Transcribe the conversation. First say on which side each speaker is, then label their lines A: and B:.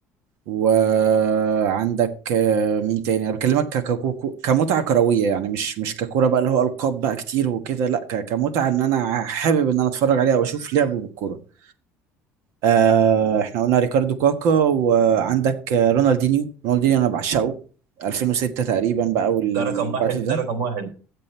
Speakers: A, on the right (about 65°); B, on the right (about 85°).
A: وعندك آه، مين تاني انا بكلمك ك- ككو- كمتعه كرويه يعني مش مش ككوره بقى اللي هو القاب بقى كتير وكده لا ك- كمتعه ان انا حابب ان انا اتفرج عليه او اشوف لعبه بالكوره آه احنا قلنا ريكاردو كاكا وعندك آه، رونالدينيو رونالدينيو انا بعشقه 2006 تقريبا بقى والوقت
B: ده رقم واحد
A: ده
B: ده رقم واحد